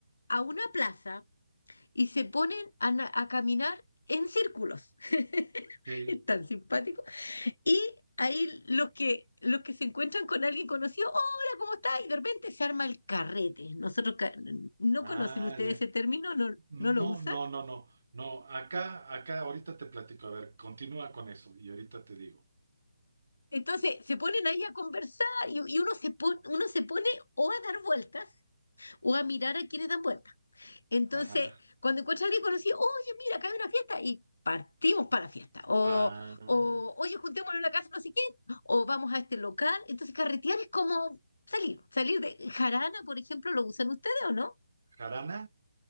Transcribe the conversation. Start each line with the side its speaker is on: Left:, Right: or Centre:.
Left: a una plaza y se ponen a, na- a caminar en círculos. <laughs>
Right: Sí.
Left: Es tan simpático. Y ahí los que, los que se encuentran con alguien conocido, hola, ¿cómo estás? Y de repente se arma el carrete. Nosotros ca- no
Right: Ah,
Left: conocen ustedes
Right: ya.
Left: ese término, no,
Right: No,
Left: no lo usan.
Right: no, no, no, no. Acá, acá, ahorita te platico. A ver, continúa con eso y ahorita te digo.
Left: Entonces se ponen ahí a conversar y, y uno se pone, uno se pone o a dar vueltas o a mirar a quienes dan vueltas. Entonces,
Right: Ajá.
Left: cuando encuentras a alguien conocido, oye, mira, acá hay una fiesta y partimos para la fiesta. O,
Right: Ah,
Left: o oye, juntémonos en la casa, no sé qué, o vamos a este local. Entonces, carretear es como salir, salir de jarana, por ejemplo, ¿lo usan ustedes o no?
Right: jarana.